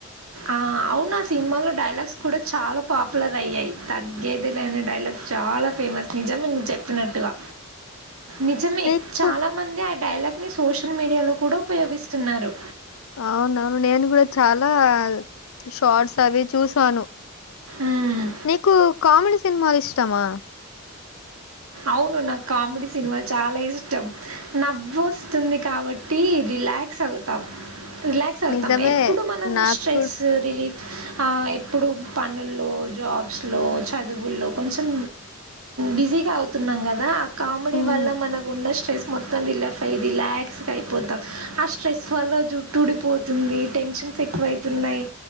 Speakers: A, on the right (about 85°); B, on the left (about 80°).
A: ఆ అవునా సినిమాలో డైలాగ డలాగ్స్ కూడా చాలా పాపులర్ అయ్యాయి తగ్గేది లేని డైలాగ్ చాలా ఫేమస్ నిజం ను్ చెప్పినట్టుగా నిజమే
B: నీకు
A: చాలా మంది ఆ డైలాగ్ సోషల్ మీడియాలో కూడా ఉపయోగిస్తున్నారు
B: అవునవును నేను కూడా చాలా షార్ట్స్ అవి చూసాను
A: మ్మ్.
B: నీకు కామెడి సినిమాలు ఇష్టమా
A: అవును నాకు కామెడీ సినిమాలు చాలా ఇష్టం నవ్వు వోస్తుంది కాబట్టి టీ రిలాక్స్ అవుతం రిలాక్స్ అవుతాం
B: నిజమే
A: ఎప్పుడు మనం
B: నాకు
A: స్ట్రెస్
B: కూడా
A: రిలీఫ్ ఆ ఎప్పుడు పనుల్లో జాబ్స్ లో చదువుల్లో కొంచం బిజీగా అవు తున్నాం గాదా కామెడీ
B: హ్మ్.
A: వల్ల మనకు ఉన్న స్ట్రెస్ మొత్తం రీలఫ్ అయ్యి రిలాక్స్గా అయిపోతాం. ఆ స్ట్రెస్ వల్ల జుట్టుడిపోతుంది. టెన్షన్స్ ఎక్కువ అయితున్నాయి.